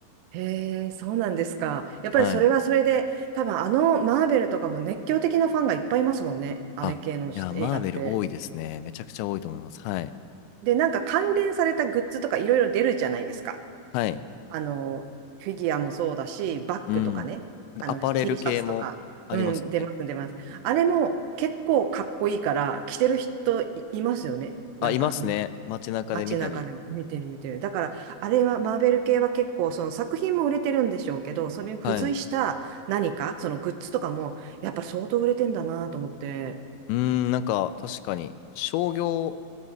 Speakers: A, on the right; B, on the left.
A: へえ、そうなんですか。やっぱりそれはそれで、
B: はい。
A: 多分あのマーベルとかも熱狂的なファンがいっぱいいますもんね。あれ系の映画って。
B: あ、いや、マーベル多いですね。めちゃくちゃ多いと思います。はい。
A: で、なんか関連されたグッズとかいろいろ出るじゃないですか。
B: はい。
A: あの、フィギュアもそうだし、バッグとかね、
B: うん。
A: あの、
B: アパレル系もありますもんね。
A: T シャツとか、うん、出ます、出ます。あれも結構かっこいいから、着てる人い、いますよね。
B: あ、
A: なんか、
B: いますね。
A: み、
B: 街中で見たり。
A: 街中でも見てる、見てる。だから、あれは、マーベル系は結構、その作品も売れてるんでしょうけど、それに付随した何か、
B: はい。
A: そのグッズとかも、やっぱ相当売れてんだなと思って、
B: うーん、なんか確かに商業